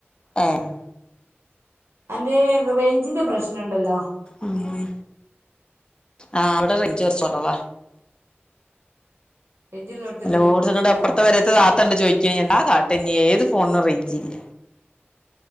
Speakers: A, on the left; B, on the right.
A: ഏഹ്
B: അൻ്റെ റേഞ്ചിന്റെ പ്രശ്നണ്ടല്ലോ
A: ഉം. ആഹ് വടെ റേഞ്ച് കൊർച്ച് കൊറവാ.
B: റേഞ്ചിള്ളോട്ത്ത്ക്ക്
A: എല്ലോട്ത്തും
B: നിക്ക്ട്ടോ
A: ഇന്നട്ട് അപ്പർത്തെ പെരെത്ത താത്തണ്ട് ചോയിക്ക്ണ് എന്താ കാട്ട ഇഞ് ഏതു ഫോണിനും റെയിഞ്ച് ഇല്ല.